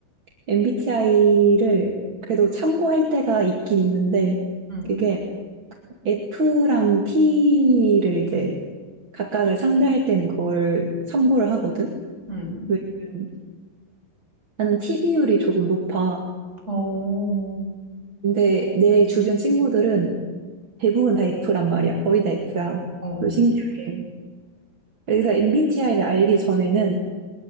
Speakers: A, on the right (about 35°); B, on the right (about 15°).
A: MBTI를 그래도 참고할 때가 있긴 있는데,
B: 응.
A: 그게 F랑 T를 이제 각각을 상대할 때는 그걸 참고를 하거든?
B: 응.
A: 왜냐면 나는 T 비율이 조금 높아.
B: 어. 어,
A: 근데 내 주변 친구들은 대부분 다 F란 말이야. 거의 다 F야.
B: 어.
A: 또 신기하게. 그래서 MBTI를 알기 전에는